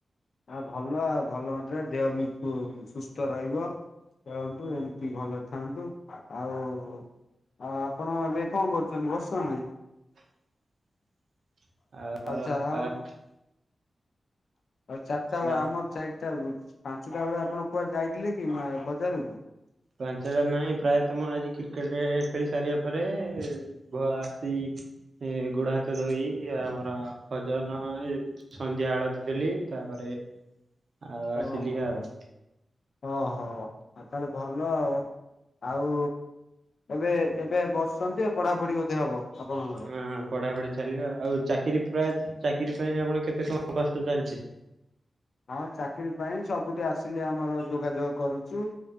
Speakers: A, on the left (about 65°); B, on the right (about 60°).
A: ଆ ଭଲ ଭଲ ମାତ୍ରେ ଦେହ ବି ସୁସ୍ଥ ରହିବ। ଖେଳନ୍ତୁ ଏମିତି ଭଲ ଥାନ୍ତୁ ଆଉ ଆ ଆପଣ ଏବେ କଣ କରୁଛନ୍ତି? ବସୁଛନ୍ତି।
B: ଆଉ <inaudible>
A: ଆଉ ଚା ଆଉ ଆଉ ଚାରିଟା
B: ଆଉ
A: ଆମ ଚାରିଟା ପାଞ୍ଚଟା ବେଳେ ଆପଣ କୁଆଡେ ଯାଇଥିଲେ କି ବଜାରକୁ?
B: ପାଞ୍ଚଟା ନାଇଁ ପ୍ରାୟତମ ଆଜି କ୍ରିକେଟେ ଖେଳି ସାରିବା ପରେ ଆସି ଏ ଗୋଡ ହାତ ଧୋଇ ଆମର ଭଜନ ଏ ସନ୍ଧ୍ୟା ଆଳତି ଦେଲି ତାପରେ ଆଉ
A: ଓହୋ
B: ଆସିଲି ଆଉ।
A: ଓହୋ ଆଉ ତାହେଲେ ଭଲ ଆଉ। ଆଉ ଏବେ ଏବେ ବସୁଛନ୍ତି ଏ ପଢ଼ାପଢ଼ି ବୋଧେ ହବ ଆପଣ
B: ହଁ ପଢାପଢି ଚାଲିବ ଆଉ ଚାକିରି ପ୍ରାୟ ଚାକିରି ପାଇଁ ଆପଣ କେତେ କଣ କଷ୍ଟ ଚାଲିଛି?
A: ହଁ ଚାକିରି ପାଇଁ ସବୁଠି ଆସିଲେ ଆମର ଯୋଗାଯୋଗ କରୁଛୁ